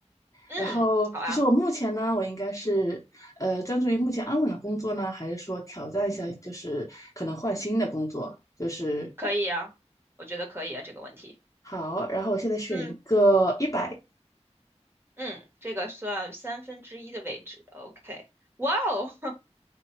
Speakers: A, on the right; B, on the left.
A: 嗯，
B: 然后，
A: 好啊，
B: 就是我目前呢，我应该是呃专注于目前安稳的工作呢，还是说挑战一下，就是可能换新的工作？就是
A: 可以啊，我觉得可以啊，这个问题。
B: 好，然后我现在选一个一百，
A: 嗯。嗯，这个算三分之一的位置。OK，哇哦，<laughs>